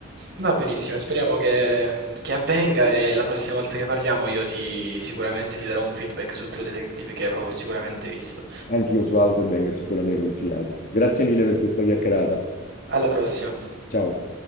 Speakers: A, on the right; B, on the left.
A: Va benissimo, speriamo che, che avvenga e la prossima volta che parliamo io ti sicuramente ti darò un feedback su True Detective che avrò sicuramente visto.
B: Anche io su Outer Banks e su quello mi hai consigliato. Grazie mille per questa chiacchierata.
A: Alla prossima.
B: Ciao.